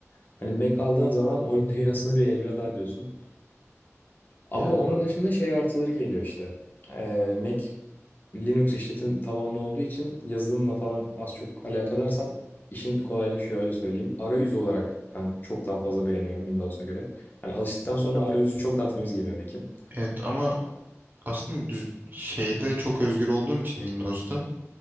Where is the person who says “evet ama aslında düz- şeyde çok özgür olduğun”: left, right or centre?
Right